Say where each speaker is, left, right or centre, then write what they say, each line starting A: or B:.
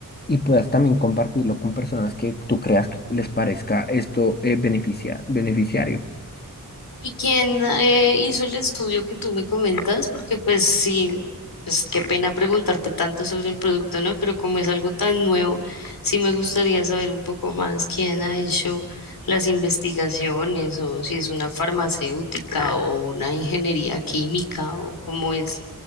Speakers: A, on the left; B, on the left.
A: y puedas también compartirlo con personas que tú creas que les parezca esto eh, beneficia- beneficiario.
B: ¿Y quién eh, hizo el estudio que tú me comentas? Porque pues sí, pues qué pena preguntarte tanto sobre el producto, ¿no? Pero como es algo tan nuevo, sí me gustaría saber un poco más quién ha hecho las investigaciones o si es una farmacéutica o una ingeniería química o cómo es.